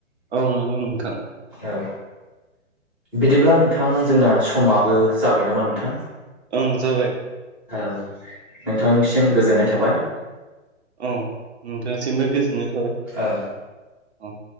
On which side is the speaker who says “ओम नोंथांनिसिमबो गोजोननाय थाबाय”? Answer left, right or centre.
Right